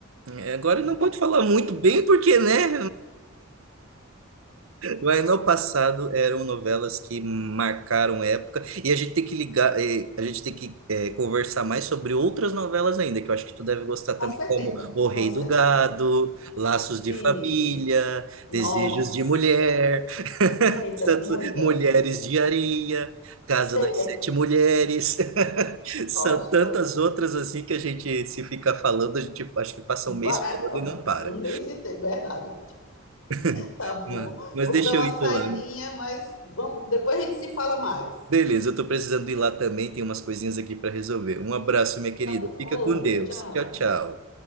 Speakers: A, on the right (about 80°); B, on the left (about 85°).
A: É, Agora
B: não
A: não
B: dá.
A: pode falar muito bem, porque, né? Mas no passado eram novelas que marcaram época e a gente tem que ligar, eh, a gente tem que eh, conversar mais sobre outras novelas ainda, que eu acho que tu deve gostar
B: Com
A: também,
B: certeza,
A: como O Rei
B: com certeza.
A: do Gado, Laços
B: Sim,
A: de Família,
B: nossa,
A: Desejos de Mulher, <laughs>
B: muitas, muitas.
A: Mulheres de Areia, Casa
B: É,
A: das Sete Mulheres. <laughs>
B: gosto.
A: São tantas outras assim que a gente se fica falando, a gente acho que passa
B: Vai,
A: um mês falando e não para.
B: um mês inteiro, verdade.
A: <laughs>
B: Tá bom.
A: Mas mas
B: Vou
A: deixa
B: dar uma
A: eu ir
B: saidinha,
A: lá.
B: mas vamos, depois a gente se fala mais.
A: Beleza, eu tô precisando ir lá também, tem umas coisinhas aqui para resolver. Um abraço, minha querida.
B: Tá bom, outro,
A: Fica com Deus.
B: tchau.
A: Tchau, tchau.